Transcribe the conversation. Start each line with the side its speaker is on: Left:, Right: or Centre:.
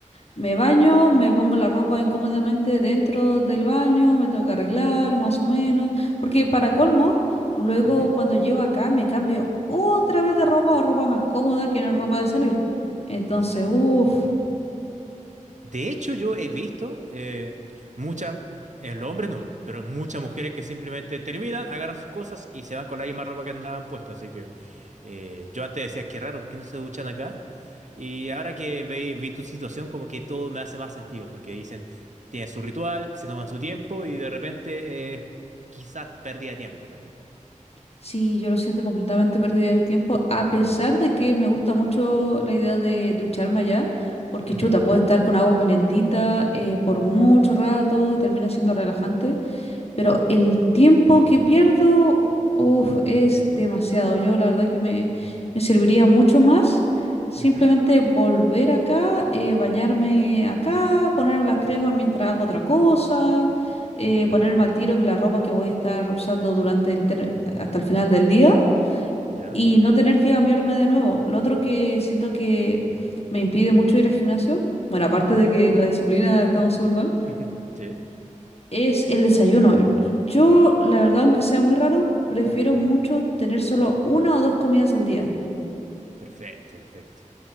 Left: me baño, me pongo la ropa incómodamente dentro del baño, me tengo que arreglar, más o menos. Porque, para colmo, luego
Right: ujú,
Left: cuando llego acá me cambio otra vez de ropa o ropa más cómoda que no es ropa de salir. Entonces,
Right: Exacto.
Left: uff.
Right: De hecho, yo he visto eh, muchas, el hombre no, pero muchas mujeres que simplemente terminan, agarran sus cosas y se van con la misma ropa que andaban puesta. Así que eh, yo antes decía, qué raro, ¿por qué no se duchan acá? Y ahora que ve- vi, tu situación, como que todo me hace más sentido, porque dicen, tienen su ritual, se toman su tiempo y de repente eh, quizás pérdida de tiempo también.
Left: Sí, yo lo siento completamente pérdida de tiempo, a pesar de que me gusta mucho la idea de ducharme allá, porque
Right: Ujú,
Left: chuta, puedo estar con agua calentita eh, por mucho rato, termina siendo relajante, pero el tiempo que pierdo, uff, es demasiado. Yo la verdad que me, me serviría mucho más simplemente
Right: ujú.
Left: volver acá, eh, bañarme acá, ponerme las cremas mientras hago otra cosa, eh, ponerme al tiro la ropa que voy a estar usando durante el ter- hasta el final del día
Right: ¿Ya?
Left: y no tener que cambiarme de nuevo. Lo otro que siento que me impide mucho ir al gimnasio, bueno, aparte
Right: ¿Ya?
Left: de que la disciplina estamos súper mal
Right: <laughs> Sí,
Left: es el desayuno. Yo, la verdad, aunque sea muy raro, prefiero mucho tener solo una o dos comidas al día.
Right: perfecto, perfecto.